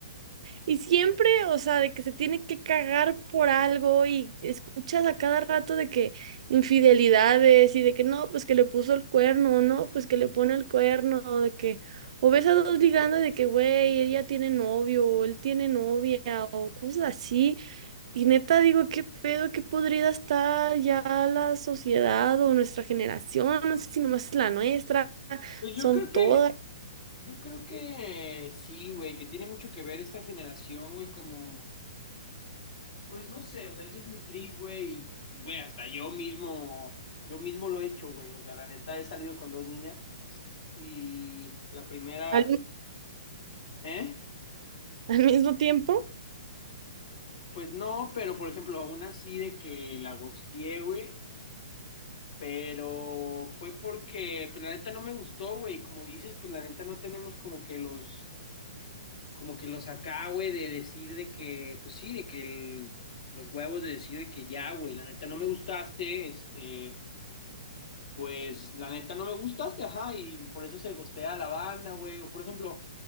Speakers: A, on the right; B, on the left.
A: y siempre, o sea, de que se tiene que cagar por algo y escuchas a cada rato de que infidelidades y de que no, pues que le puso el cuerno, o no, pues que le pone el cuerno, o de que, o ves a dos ligando de que, güey, ella tiene novio, o él tiene novia, o cosas así. Y neta digo, qué pedo, qué podrida está ya la sociedad o nuestra generación, no sé si nomás es la nuestra,
B: Pues
A: son
B: yo creo
A: todas
B: que, yo creo que sí, güey, que tiene mucho que ver esta generación, güey, como, pues no sé, o sea, ese es mi trip, güey, y, pues, güey, hasta yo mismo, yo mismo lo he hecho, güey, o sea, la neta he salido con dos niñas y la primera,
A: al,
B: ¿eh?
A: al mismo tiempo.
B: Pues no, pero por ejemplo, aún así de que la gosteé, güey, pero fue porque, pues la neta no me gustó, güey, como dices, pues la neta no tenemos como que los como que los acá, güey, de decir de que, pues sí, de que el- los huevos de decir de que ya, güey, la neta no me gustaste, este, pues la neta no me gustaste, ajá, y por eso se gostea a la banda, güey, o por ejemplo,